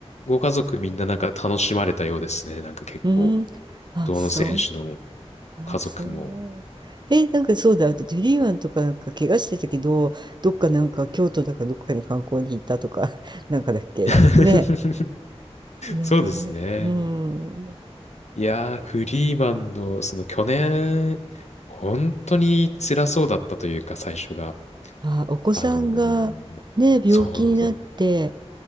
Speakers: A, on the left (about 80°); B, on the right (about 40°).
A: ご家族みんななんか楽しまれたようですね。なんか結構、
B: うん。あ、
A: どの選手の
B: そう、あ、
A: 家族も。
B: そう。え、なんかそうだ、だってフリーマンとかなんか怪我してたけど、どっかなんか京都だかどっかに観光に行ったとか、<laughs> なんかだっけ、
A: <laughs>
B: なんかね、ねえ、
A: そうですね。
B: うん。
A: いやー、フリーマンの、その去年、本当に辛そうだったというか、最初が。
B: あ、お子さんがね、
A: あのーそうそう、
B: 病気になって、